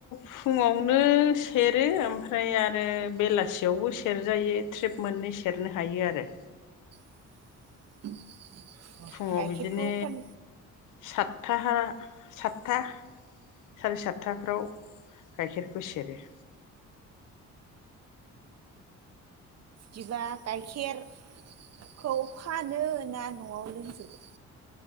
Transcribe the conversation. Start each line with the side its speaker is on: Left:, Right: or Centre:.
Left: फुङावनो सेरो ओमफ्राय आरो बेलासियावबो सेरजायो ट्रिब मोननै सेरनो थायो आरो
Right: <unintelligible>
Left: फुङाव
Right: गाइखेरखौ
Left: बिदिनो
Right: फान
Left: सातथा सातथा साराय सातथाफ्राव गाइखेरखौ सेरो।
Right: बिबा गाइखेरखौ फानो ना न'आव लोंजोबो